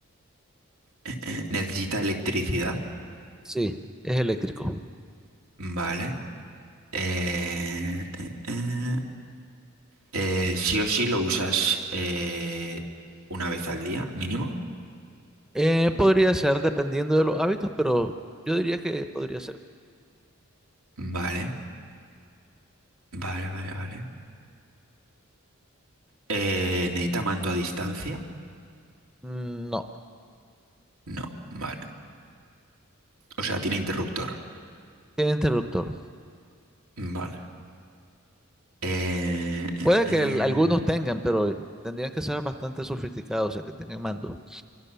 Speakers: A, on the right (about 80°); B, in the centre.
A: eh, eh, ¿necesita electricidad?
B: Sí, es eléctrico.
A: Vale. Eh, eh, eh. Eh, sí o sí lo usas eh, una vez al día, mínimo.
B: Eh, podría ser dependiendo de los hábitos, pero yo diría que podría ser.
A: Vale, vale, vale, vale. Eh, ¿necesita mando a distancia?
B: Mm, No,
A: No, vale. O sea, tiene interruptor.
B: tiene interruptor.
A: Vale. Eh, eh,
B: Puede
A: eh,
B: que el- algunos tengan, pero tendrían que ser bastante sofisticados, o sea, que tengan mando.